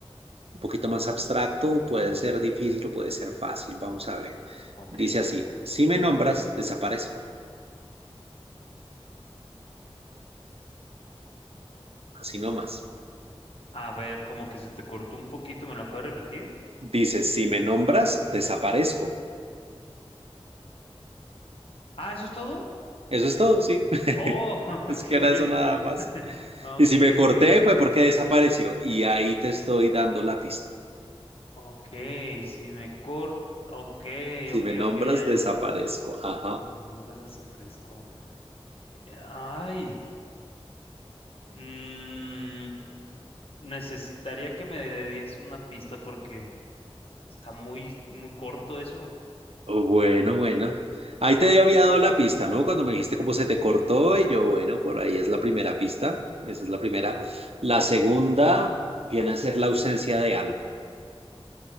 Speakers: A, on the right; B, on the left.
A: un poquito más abstracto, puede ser difícil o puede ser fácil, vamos a ver.
B: ok.
A: Dice así, si me nombras, desaparezco, así nomás.
B: Mm, A ver, como que se te cortó un poquito, ¿me la puedes repetir?
A: Dice, si me nombras, desaparezco.
B: Ah, ¿eso es todo?
A: Eso es todo, sí. <laughs>
B: Oh, <laughs>
A: Es
B: ok,
A: que era
B: yo.
A: eso nada más.
B: <laughs> Ok,
A: Y si me corté
B: ok.
A: fue porque desapareció. Y ahí te estoy dando la pista.
B: Ok, si me corto. Ok,
A: Si
B: ok,
A: me nombras,
B: ok, ya,
A: desaparezco.
B: ya.
A: Ajá.
B: Si me nombras, desaparezco. Ay. mm, necesitaría que me des una pista porque está muy, muy corto eso.
A: Bueno, bueno. Ahí te había dado la pista, ¿no? Cuando me dijiste cómo se te cortó, y yo, bueno, por ahí es la primera pista. Esa es la primera. La segunda
B: Ok.
A: viene a ser la ausencia de algo.